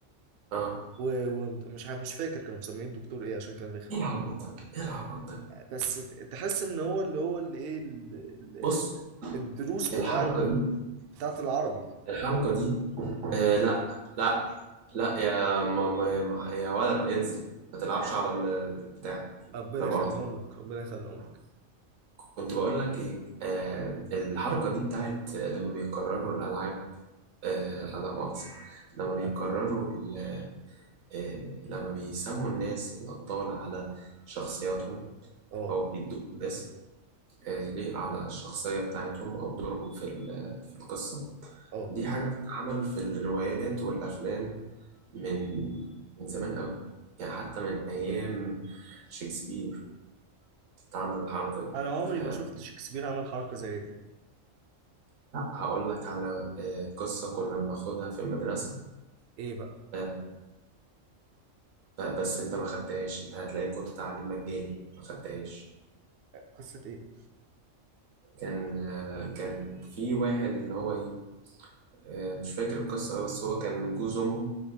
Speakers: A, on the right; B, on the right.
A: اه
B: و- ومش ع- مش فاكر كانوا مسميه الدكتور ايه عشان كان رخم
A: ايه العبط ده ايه العبط ده
B: بس ت- تحس ان هو اللي هو اللي ايه ال-
A: بص
B: ال- الدروس
A: هي
B: بتاعت
A: الحركه دي
B: بتاعت العربي
A: الحركه دي آه لا لا لا يا ما ما ما- يا ولد انزل ما تلعبش على البتاع
B: ربنا
A: لا مؤاخذة
B: يخليهم لك ربنا يخليهم لك
A: كنت بقول لك ايه آه الحركة دي بتاعت لما بيكرروا الألعاب آه لا مؤاخذة لما
B: انا
A: بيكرروا ال- آه لما بيسموا الناس الأبطال على شخصياتهم
B: اه
A: أو بيدوهم اسم آه، يليق على الشخصية بتاعتهم أو دورهم في ال- في القصة
B: اه
A: دي حاجة بتتعمل في الروايات والأفلام من من زمان أوي يعني حتى من أيام شكسبير بتتعمل الحركة دي
B: انا عمري
A: فلا
B: ما شفت شكسبير عمل حركه زي دي
A: هقول لك على آه، قصة كنا بناخدها في المدرسة
B: ايه بقى
A: آه، ب- بس أنت ما خدتهاش أنت هتلاقي كنت تعليم مجاني ما خدتهاش
B: قصه ايه
A: كان آه، كان في واحد اللي هو إيه آه، مش فاكر القصة أوي بس هو كان جوز أمه